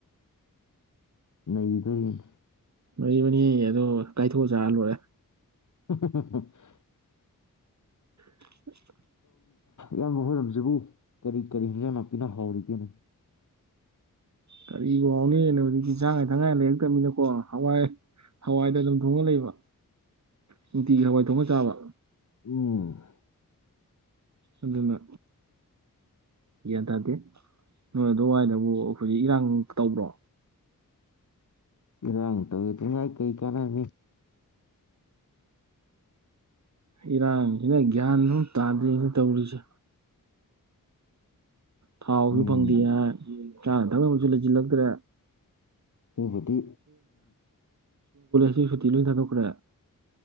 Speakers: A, on the left; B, on the right.
A: ꯅꯩꯗꫭꯏꯅꯦ
B: ꯃꯔꯤ ꯃꯅꯤ ꯑꯗꯣ ꯀꯥꯏꯊꯣꯛꯑ ꯆꯥꯔ ꯂꯣꯏꯔꯦ
A: <inaudible>
B: <inaudible>
A: ꯏꯌꯥꯝꯕ ꯍꯣꯏꯔꫭꯝꯖꯤꯕꯨ ꯀꯔꯤ ꯀꯔꯤ ꯍꯤꯟꯖꯥꯡ ꯅꯥꯄꯤꯅ ꯍꯥꯎꯔꯤꯒꯦꯅꯦ
B: ꯀꯔꯤꯕꯨ ꯍꯧꯅꯦꯒꯦ ꯍꯧꯖꯤꯛꯇꯤ ꯆꯥꯅ ꯊꯥꯛꯉꯥꯏ ꯂꯩꯔꯛꯇꯕꯅꯤꯅꯀꯣ ꯍꯋꯥꯏ ꯍꯋꯥꯏꯗ ꯑꯗꯨꯝ ꯊꯣꯡꯉ ꯂꯩꯕ ꯅꯨꯡꯇꯤꯒꯤ ꯍꯋꯥꯏ ꯊꯣꯡꯉ ꯆꯥꯕ
A: ꯎꯝ
B: ꯑꯗꯨꯅ ꯒ꯭ꯌꯥꯟ ꯇꯥꯗꯦ ꯅꯣꯏ ꯑꯗꯨꯋꯥꯏꯗꯕꯨ ꯍꯧꯖꯤꯛ ꯏꯔꯥꯡ ꯇꯧꯕ꯭ꯔꯣ
A: ꯏꯔꯡ ꯇꯧꯋꯦꯗꯨꯉꯥꯏ ꯀꯩ ꯀꯥꯅꯅꯤ
B: ꯏꯔꯥꯡꯖꯤꯅ ꯒ꯭ꯌꯥꯟ ꯑꯝ ꯇꯥꯗ꯭ꯔꯦꯅꯦ ꯇꯧꯔꯤꯖꯦ ꯊꯥꯎꯖꯨ
A: ꯎꯝ
B: ꯐꯪꯗꯦ ꯍꯥꯏ ꯆꯥꯅ ꯊꯛꯅꯕꯁꯨ ꯂꯩꯁꯤꯜꯂꯛꯇ꯭ꯔꯦ
A: ꯑꯗꯨꯕꯨꯗꯤ
B: ꯐꯤ ꯁꯨꯇꯤ ꯂꯣꯏ ꯊꯥꯗꯣꯛꯈ꯭ꯔꯦ